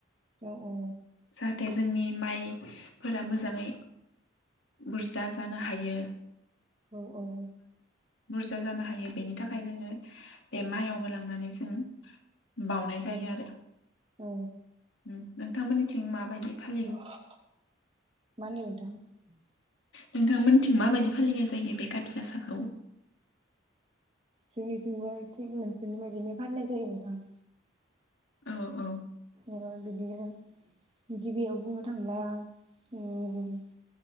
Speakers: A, on the right; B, on the left.
A: औ औ।
B: जाहाथे जोंनि माइफोरा मोजाङै बुरजा जाना थायो।
A: औ औ।
B: बुरजा जानो हायो बेनि थाखाय जोङो बे माइयावबो लांनानै जों बाउनाय जायो
A: औ
B: आरो।
A: औ
B: उम नों थांमोननिथिं माबायदि
A: मा
B: फालियो
A: होन्दों नोंथां?
B: नोंथांमोनथिं माबायदि फालिनाय जायो बे काति गासाखौ?
A: जोंनिथिंबो थिग नोंसोरनि बायदिनो फालिनाय जायो नोंथां।
B: औ औ औ।
A: ओ बिदिनो गिबियाव बुंनो थांब्ला उम